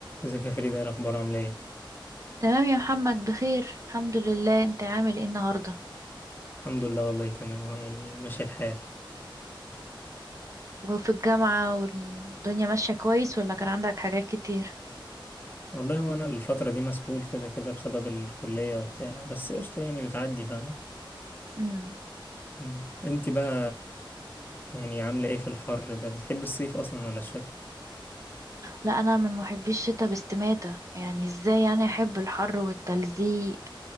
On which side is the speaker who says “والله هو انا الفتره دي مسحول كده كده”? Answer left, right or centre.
Left